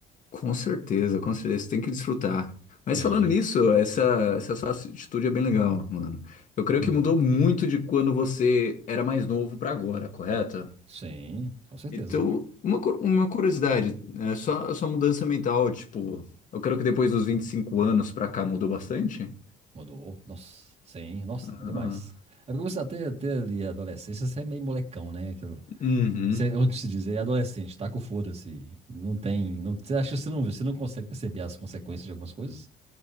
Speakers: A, on the left; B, on the right.
A: Com certeza, com certeza, você tem que desfrutar. Mas
B: Sim.
A: falando nisso, essa, essa sua atitude é bem legal, mano. Eu creio
B: Hum.
A: que mudou muito de quando você era mais novo pra agora, correto?
B: Sim, com certeza.
A: Então, uma, cu- uma curiosidade, é só a sua mudança mental, tipo, eu creio que depois dos 25 anos pra cá mudou bastante?
B: Mudou. Nossa, sim, nossa,
A: Ah,
B: demais. É porque você até, até ali a adolescência, você é meio molecão, né? Aquilo-
A: uhum,
B: Você, onde se diz, é adolescente, tá com foda-se. Não tem. Não, você acha que você não, você não consegue perceber as consequências de algumas coisas?